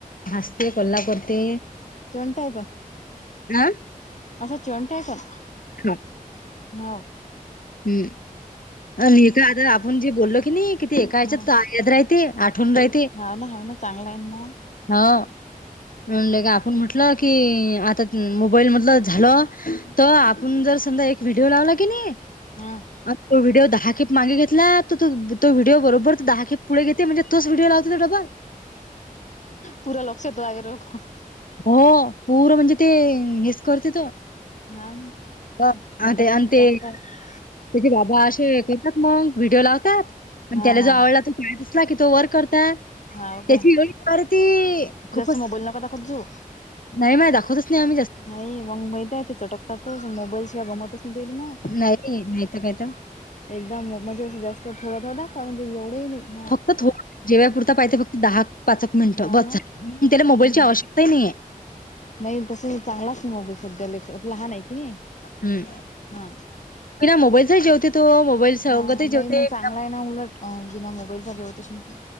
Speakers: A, on the left; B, on the left.
A: हासते, कल्ला करते.
B: चेवंट हाय बघ,
A: हा
B: पण असं चीवणट हाय पण
A: नो.
B: हाव.
A: हूम् आणि का आता आपण जे बोललो क नी, ते एका हेच्यात
B: हा
A: टा येथ राह्यती, आठवून राही
B: हाव ना? हाव ना? चांगला हाय न म.
A: हो. म्हनले का आपण म्हटलं की, अ आता मोबाईल मधलं झालं तर, आपण जर समजा एक व्हिडिओ लावला की नी
B: आ.
A: आप तो व्हिडिओ दहा खेप मागे घेतला, तर तो तो व्हीडिओ बरोबर दहा खेप पुढे घेते म्हणजे तोच व्हिडओ लावतो डब्बल.
B: पुूरा लक्षत व्हाय नको.
A: हो पूर म्हणजे ते हेच करते त.
B: हा
A: अ
B: आतापासून
A: आ ते आण ते
B: चांगला आहे
A: त्याझे बाबा असे हे करतात मग, व्हिडिओ लावतात आणि
B: हा
A: त्याला जो
B: हा
A: आवडला तो दिसला की तो वर करता,
B: हा ओके
A: त्याची ए परती खूपच
B: जास्त मोबाईल नका दाखवत जावू.
A: नाही माय दाखवतच नाही आम
B: नाही मग माहित हाय, तिच ते टकताच मोबाईल शिवाय गमतच नाही तेन म
A: नाही नाहीत कायत
B: एकदा मोबाईल चा जास्त थोडं, थोडा दाखवा म्हणे एवढंही नाही हा
A: फ थो जेवाय पुरता पाहिते फक्त, दहा पाचेक मिनिटं
B: हा
A: बस
B: ना
A: झाल, त्याला मोबाईलची
B: हा हा
A: आवश्यकताही नाहीे.
B: नाही तस चांगलाच नाही मोबाईल, सध्या लेकर लहान हाये ती.
A: हूम्म
B: हा.
A: बिना मोबाईलचा जेवतोय तो. मोबाईल सोबतही
B: हा हा
A: जेवते.
B: नाही मग चांगला
A: बिना
B: हाय ना, उलट बिना मोबाईलचा जेवत अशील तर